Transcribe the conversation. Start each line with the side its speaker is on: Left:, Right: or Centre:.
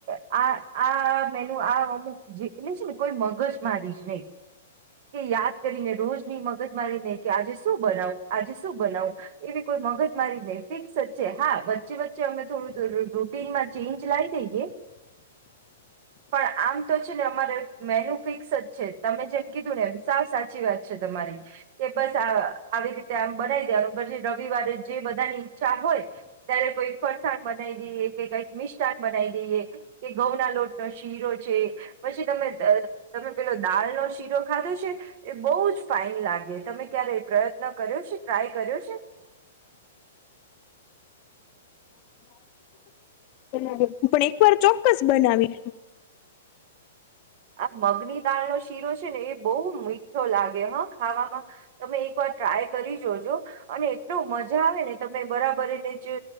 Right: આ આ અમુક જે ને કોઈ મગજ મારીશ નહી કે યાદ કરીને રોજ ની મગજ મારી નહી કે આજે શું બનાવ આજે શું બનાવું એવી કોઈ મગજ મારી ન ફિક વચચે હા વચ્ચે વચ્ચે અમે થોડું રૂટીનમાં ચેન્જ લાવી દઈએ <inaudible> પણ આમ તો છે ને અમારે મેન્યુ ફિક્સ જ છે તમે જેમ કીધું ને એમ સા સાચી વાત તમારી બસ આવી રીતે આમ બનાવી દેવાનું પછી રવિવારે જે બધાની ઈચ્છા હોય ત્યારે કોઈ ફરસાણ બનાવી દઈએ કે કઈક મિષાન બનાવી દઈએ કે ઘઉ ના લોટ શીરો છે પછી તમે તમે પેલો દાળનો શીરો ખાધો છે એ બહ જ ફાાઈન લાગે તમે ક્યારે એ પ્રયત્ન કર્યો છે ટ્રાય કર્યો છે <inaudible>
Left: પણ એક વાર ચોક્કસ બનાવી
Right: આ મગની દાળ નો શીરો છે ને એ બહુ મીઠો લાગે હા ખાવામાં તમે એક વાર ટ્રાય કરી જોજો અને એટલ મજા આવે ને તમે બરાબર એને જે